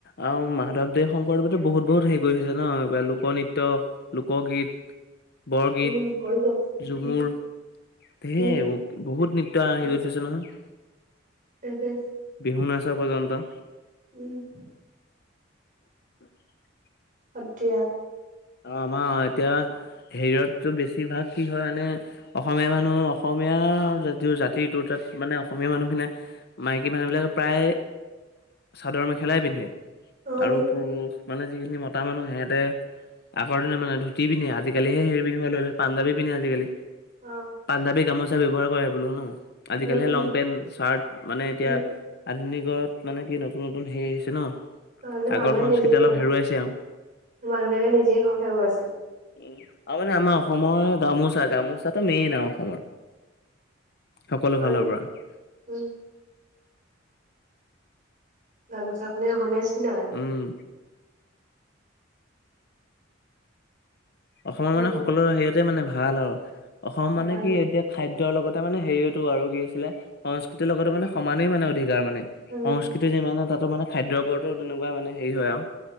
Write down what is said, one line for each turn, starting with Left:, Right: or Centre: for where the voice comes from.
Left: আৰু মাধৱদেৱ শংকৰদেৱতো বহুত বহুত হেৰি কৰি থৈছে ন? কিবা লোকনৃত্য লোকগীত, বৰগীত,
Right: উম, কৰিছে
Left: ঝুমুৰ
Right: উম,
Left: ঢেৰ
Right: উম,
Left: এইবোৰ বহুত নৃত্য হেৰি
Right: উম,
Left: কৰি থৈছে নহয়।
Right: তাকে।
Left: বিহুনাছ পৰ্য্যন্ত।
Right: উম।
Left: উ <unintelligible>
Right: সত্ৰিয়া।
Left: আৰু আমাৰ এতিয়া হেৰিয়াততো বেছিভাগ কি হয় মানে। অসমীয়া মানুহ অসমীয়া জাতিটো তাত মানে অসমীয়া মানুহখিনিয়ে মাইকী মানুহবিলাকে প্ৰায় চাদৰ মেখেলাই পিন্ধে।
Right: অ
Left: আৰু
Right: তো
Left: পুৰুষ মানে যিখিনি মতা মানুহ সিহঁতে আগৰ দিনৰ মানুহে ধুতি পিন্ধে, আজিকালি হৰি পিন্ধিব ল'লে পাঞ্জাবি পিন্ধে আজিকালি
Right: অ
Left: পাঞ্জাবী গামোচা ব্যৱহাৰ কৰে বোলো ন, আজিকালিহে
Right: উম উম
Left: লং পেন্ট চাৰ্ট। মানে এতিয়া
Right: উম
Left: আধুনিকত মানে কি নতুন নতুন হেৰি হৈছে ন?
Right: অ এইবিলাক মানুহে
Left: আগৰ সংস্কৃতি
Right: নিজেই
Left: অলপ হেৰুৱাইছে আৰু।
Right: মানুহ বিলাকে নিজেই সাহস হেৰুৱাইছে।
Left: অ' আৰু মানে আমাৰ অসমৰ গামোচা, গামোচাটো মেইন আৰু অসমৰ। সকলোফালৰ
Right: উম
Left: পৰাই।
Right: উম। গামোচাখনেই অসমীয়া চিন আৰু।
Left: উম। অসমৰ
Right: সেইটো
Left: মানে সকলো হেৰিয়াতে মানে ভাল আৰু, অসমৰ মানে
Right: ভাল
Left: কি এতিয়া খাদ্যৰ লগতে মানে হেৰিয়াটো আৰু কি হৈছিলে সংস্কৃতিৰ লগত মানে সমানেই মানে অধিক যাৰ মানে,
Right: উম
Left: সংস্কৃতি যি মানে তাতো মানে খাদ্যৰ ওপৰতো তেনেকুৱা মানে হেৰি হয় আৰু।